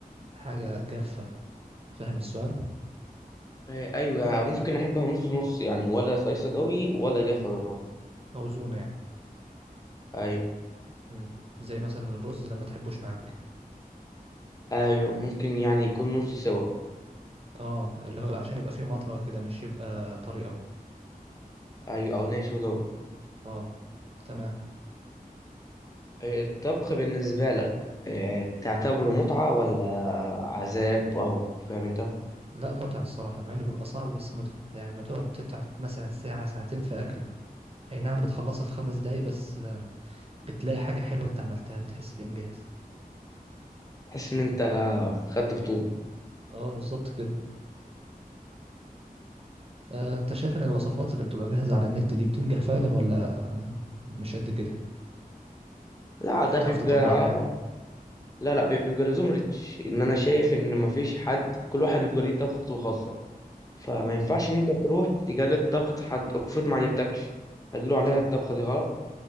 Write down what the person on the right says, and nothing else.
حاجة جافة فاهم السؤال
موزونة يعني
مم. زي مثلا الرز لما تحبوش معاك
اه اللي هو عشان يبقى فيه مضغة كده مش يبقى طري قوي
اه تمام
لا متعة الصراحة مع إنه بيبقى صعب بس متعة يعني لما تقعد تتعب مثلا ساعة ساعتين في أكلة أي نعم بتخلصها في خمس دقايق بس بتلاقي حاجة حلوة أنت عملتها بتحس بإنجاز
أه بالظبط كده أه أنت شايف إن الوصفات اللي بتبقى جاهزة على النت دي بتنجح فعلا ولا آه، مش قد كده
مش
بتعرف
تطبقها يعني
امم
صح